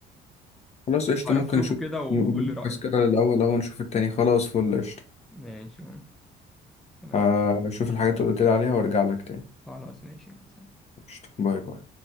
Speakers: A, on the left; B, in the centre.
A: خلاص قشطة
B: هروح
A: ممكن
B: شوفه
A: نشوف
B: كده وقول
A: م-
B: لي رأيك
A: ملخص كده الأول أول نشوف التاني خلاص فل قشطة
B: ماشي تمام
A: آه، شوف الحاجات اللي قلت لي عليها وارجع لك تاني
B: خلاص ماشي سلام.
A: قشطة. باي باي